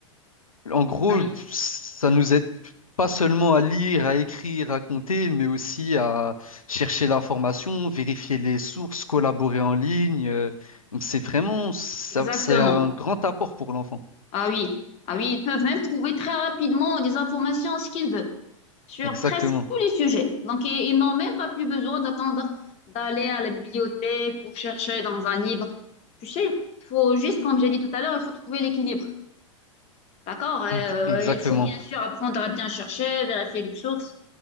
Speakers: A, on the left; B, on the left.
A: En gros,
B: Ah oui,
A: ça nous aide pas seulement à lire, à écrire, à compter, mais aussi à chercher l'information, vérifier les sources, collaborer en ligne. euh, Donc c'est vraiment, ça-
B: exactement.
A: c'est un grand apport pour l'enfant.
B: Ah oui, ah oui, ils peuvent même trouver très rapidement des informations, ce qu'ils veulent, sur
A: Exactement.
B: presque tous les sujets. Donc, i- ils n'ont même pas plus besoin d'attendre d'aller à la bibliothèque pour chercher dans un livre. Tu sais, il faut juste, comme j'ai dit tout à l'heure, il faut trouver l'équilibre. D'accord? Et,
A: Donc,
B: euh,
A: Exactement.
B: il faut bien sûr apprendre à bien chercher, vérifier les sources.